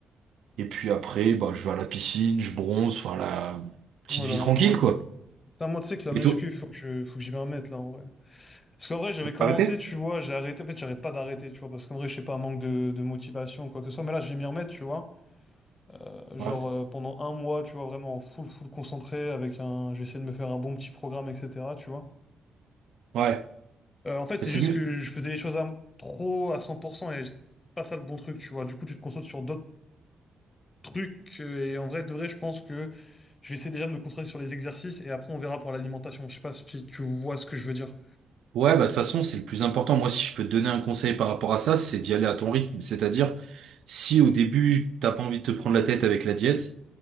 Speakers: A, on the right (about 80°); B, on the left (about 25°).
A: et puis après bah je vais à la piscine, je bronze, enfin la petite
B: Voilà,
A: vie tranquille
B: normal
A: quoi.
B: quoi. Putain, moi, tu sais que la
A: Et
B: muscu,
A: toi?
B: faut que je, faut que j'y me remette là, en vrai. Parce qu'en vrai, j'avais commencé,
A: Arrêtez?
B: tu vois, j'ai arrêté. En fait, j'arrête pas d'arrêter, tu vois, parce qu'en vrai, je sais pas, manque de, de motivation ou quoi que ce soit. Mais là, je vais m'y remettre, tu vois. Euh, Genre,
A: Ouais.
B: euh, pendant un mois, tu vois, vraiment full, full concentré avec un. J'ai essayé de me faire un bon petit programme, etc., tu vois.
A: Ouais.
B: Euh, en fait, c'est
A: Mais C'est
B: juste
A: mieux.
B: que je faisais les choses à, trop à 100% et c'est pas ça le bon truc, tu vois. Du coup, tu te concentres sur d'autres trucs euh, et en vrai, de vrai, je pense que je vais essayer déjà de me concentrer sur les exercices et après, on verra pour l'alimentation. Je sais pas si tu tu vois ce que je veux dire.
A: Ouais, bah de toute façon, c'est le plus important. Moi, si je peux te donner un conseil par rapport à ça, c'est d'y aller à ton rythme. C'est-à-dire, si au début, t'as pas envie de te prendre la tête avec la diète,